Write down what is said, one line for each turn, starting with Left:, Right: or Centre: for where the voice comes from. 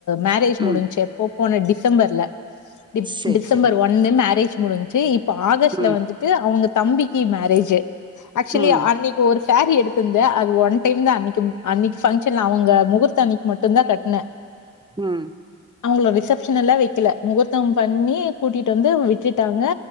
Left: மேரேஜ் முடின்ச்சி
Right: ம்
Left: எப்ப போன டி சம்பர்ல டி
Right: செரி
Left: டிசம்பர்
Right: செரி
Left: ஒன்னு மேரேஜ் முடின்ச்சி இப் இப்ப ஆகஸ்ட்டுல
Right: ம்
Left: வந்துட்டு அவுங்க தம்பி கி மேரேஜி ஆக்ச்சுவலி
Right: ம்
Left: அன்னைக்கு ஒரு சேரி எடுத்திருந்தே அது ஒன் டைம் தா அன்னைக்கு அன்னைக்கு பங்க்ஷன்ல அவங்க முகூர்த்த அன்னைக்கு மட்டு தா கட்ன
Right: ம்
Left: அவுங்கள ரிஷப் ஷன்லா வைக்கல முகூர்த்தம் பண்ணி கூட்டிட்டு வந்து விட்டுட்டாங்க